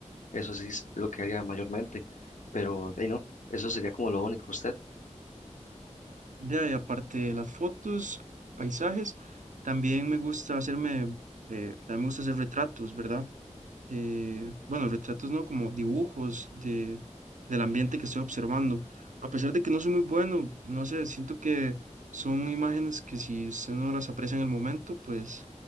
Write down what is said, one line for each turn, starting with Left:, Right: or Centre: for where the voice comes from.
Left: Eso sí es lo que haría mayormente, pero de ahí no, eso sería como lo único. ¿Usted?
Right: Ya, y aparte de las fotos, paisajes, también me gusta hacerme, eh, también me gusta hacer retratos, ¿verdad? eh, bueno, retratos no, como dibujos de, del ambiente que estoy observando. A pesar de que no soy muy bueno, no sé, siento que son imágenes que si usted no las aprecia en el momento, pues